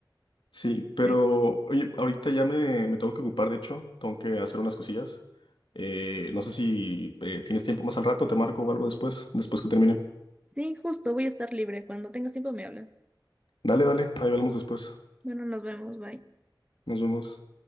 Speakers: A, on the left; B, on the right.
A: Sí, pero
B: Sí.
A: oye, ahorita ya me, me tengo que ocupar, de hecho, tengo que hacer unas cosillas. Eh, no sé si eh, tienes tiempo más al rato, te marco o algo después, después que termine.
B: Sí, justo, voy a estar libre. Cuando tengas tiempo me hablas.
A: Dale, dale, ahí hablamos después.
B: Bueno, nos vemos, bye.
A: Nos vemos.